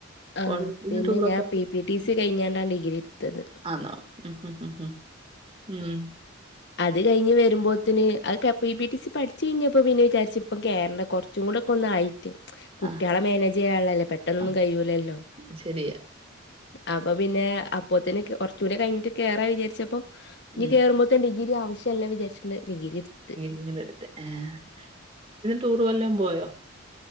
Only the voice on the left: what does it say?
ആഹ
പിന്നെ
ഞാൻ പി
പി ടി സി കഴിഞ്ഞാണണ്ടാ ഡിഗ്രി ഇടുത്തത്
അത് കഴിഞ്ഞ് വരുമ്പോഴത്തിന് അകെപ്പ പി പി ടി സി പഠിച്ചച്ച് കഴിഞ്ഞപ്പോ പിന്നെ വിചാരിച്ച് ഇപ്പം കേരള കൊറ ചൂടൊക്കൊന്നായിട്ട് കുട്ടികളെ
മാനേജ് ചെയ്യാനുള്ളല്ലേ പെട്ടെന്നൊന്നും
കഴൂലല്ലോ
അപ്പൊ പിന്നെ അപ്പത്തന്നെ കുറച്ചുകൂടി കഴിഞ്ഞിട്ട് കേയറാ വിചാരിച്ചപ്പോ ഇനി
കേറുമ്പോ പ്പം ഡിഗ്രി ആവശ്യല്ല വിചാരിച്ചിണ്ട് ഡിഗ്രിത്ത്